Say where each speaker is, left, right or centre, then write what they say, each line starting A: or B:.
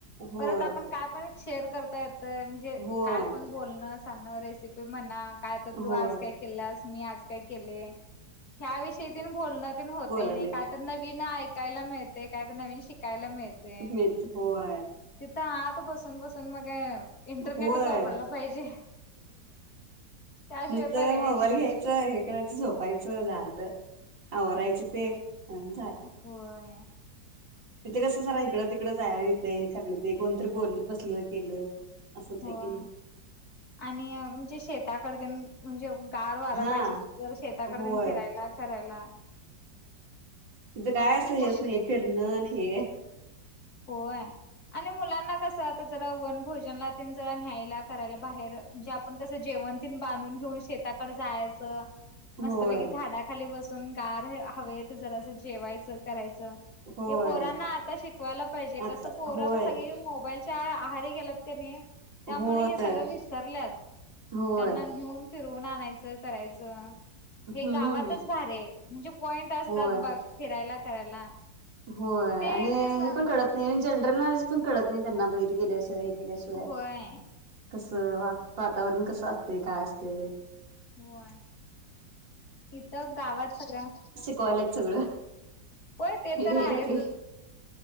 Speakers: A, on the right; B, on the left.
A: होय
B: परत आपण काय पण शेअर करता येतय म्हणजे
A: होय
B: काय पण बोलणं चालणं रेसिपी म्हणा काय तर तू
A: होय
B: आज काय केलंस मी आज काय केले ह विषयी त बोलण होत
A: बोलालेत
B: नाही का तर नवीन ऐकायला मिळते काय तर नवीन शिकायला मिळते ते
A: मीच होय
B: तिथं आहता बसून बसून मग इंटरनेटच
A: होय
B: वापरला पाहिजे त्याशिवाय
A: नुसतं
B: पर्यायच
A: मोबाईल
B: नाही
A: घ्यायचं हे करायचं झोपायचं झालं आवरायचं ते आणि
B: पय
A: तिथं कसं झारा इकडं तिकडं जायला येतं हे खलं ते कोणतरी बोलल बसलं केलं असं होतंय
B: होय
A: की नाही
B: आणि म्हणजे शेताकड म्हणजे गार वारा
A: हा
B: पाहिजे जर शेताकड
A: होय
B: फिरायला करायला
A: तिचं काय
B: आणि
A: असं हेच
B: लहान
A: नाही फिरणं आणि हे
B: होय आणि मुलांना कसं आता जरा वनभोजनला त जरा न्यायला करायला बाहेर म्हणजे आपण कसं जेवण तन बांधून घेऊन शेताकडे जायचं मस्तपैकी
A: होय
B: झाडाखाली बसून गार हवेत जरा अस जेवायचं करायचं.
A: होय
B: हे पोरांना आता शिक ला पाहिजे
A: आता
B: कसं पोहर
A: होय
B: तर सगळी मोबाईलच्या आहारी गेलात क नाही त्यामुळे
A: होय
B: हे सगळं विसरले
A: होय
B: त्यांना नेऊन. फिरवून आणायचं करायचं हे
A: हम्म
B: गावातच भार आहे म्हणजे पॉइंट असतात
A: होय.
B: फिरायला करायला
A: होय
B: ते
A: आणि
B: कस
A: हे पण कळत नाही जनरल नॉलेज पण कळत नाही त्यांना बाहीर गेलेशवा केल्याशिवाय
B: होय
A: कस वा वातावरण कसं असते काय असते
B: होय इथं गावात सगळ्या
A: कॉलेज सगळं
B: होय ते
A: हे
B: तर आहेच
A: ते